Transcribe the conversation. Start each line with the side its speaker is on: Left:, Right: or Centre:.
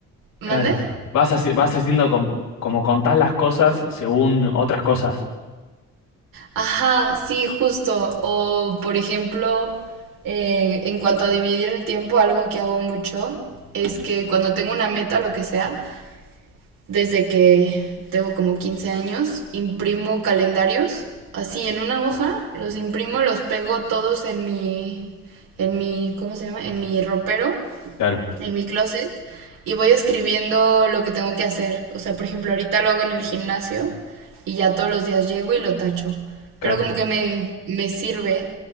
Right: ¿mande?
Left: Claro. Vas haci- vas haciendo com- como contás las cosas según otras cosas.
Right: Ajá, sí, justo. O, por ejemplo, eh, en cuanto a dividir el tiempo, algo que hago mucho es que cuando tengo una meta, lo que sea, desde que tengo como 15 años, imprimo calendarios, así en una hoja, los imprimo, los pego todos en mi, en mi, ¿cómo se llama? En mi ropero
Left: Claro,
Right: en mi closet y voy escribiendo lo que tengo que hacer. O sea, por ejemplo, ahorita lo hago en el gimnasio y ya todos los días llego y lo tacho.
Left: claro.
Right: Pero como que me, me sirve